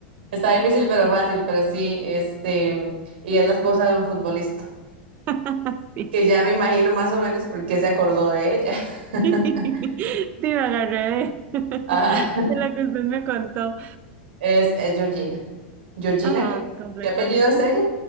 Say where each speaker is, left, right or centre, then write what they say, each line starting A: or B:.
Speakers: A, on the right; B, on the right.
A: está difícil pero fácil, pero sí, este, mm, y es la esposa de un futbolista,
B: <laughs> Sí.
A: que ya me imagino más o menos por qué se acordó de ella. <laughs>
B: <laughs> Sí, me agarré de, <laughs>
A: Ajá.
B: de lo que usted me contó.
A: Es, es Georgina. ¿Georgina
B: Ajá,
A: qué?
B: completamente.
A: ¿Qué apellido es ella?